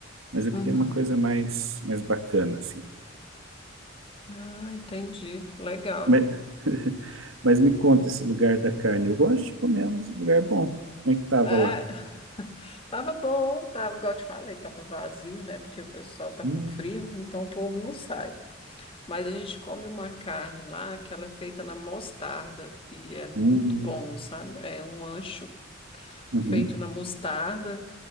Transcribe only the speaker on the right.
Mas eu
queria uma coisa mais, mais bacana, assim.
Mas, <laughs> mas me conta
esse lugar da carne. Eu gosto de comer um lugar bom. Como é que tava
lá?
Hum,
hum,
hum,